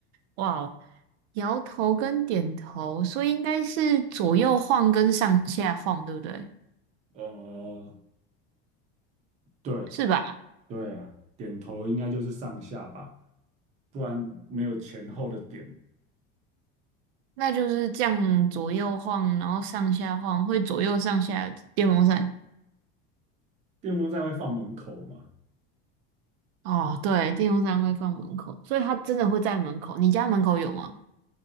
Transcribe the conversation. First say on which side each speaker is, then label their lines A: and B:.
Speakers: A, on the right; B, on the right.
A: 哇哦，摇头跟点头，所以应该是左右晃跟上下晃，对不对？
B: 呃，对
A: 是吧？
B: 对啊，点头应该就是上下吧，不然没有前后的点。
A: 那就是这样左右晃，然后上下晃，会左右上下的电风扇。
B: 电风扇会放门口吗？
A: 哦，对，电风扇会放门口，所以它真的会在门口。你家门口有吗？